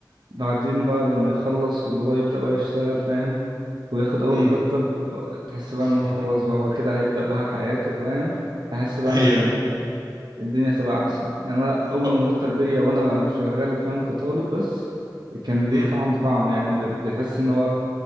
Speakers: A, on the right; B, on the right.
A: بعدين بقى لما يخلص واللي هو يبدأ بقى يشتغل فاهم وياخد أول
B: امم
A: مرتب تحس بقى إن هو
B: <laughs>
A: خلاص بقى هو كده هيبدأ بقى حياته فاهم أحس بقى
B: ايوه
A: إن ال- الدنيا هتبقى أحسن يعني أنا أول
B: ب...
A: مرتب ليا
B: مم.
A: وأنا شغال فاهم كطالب بس كان ليه
B: مم.
A: طعم طعم يعني بحس إن هو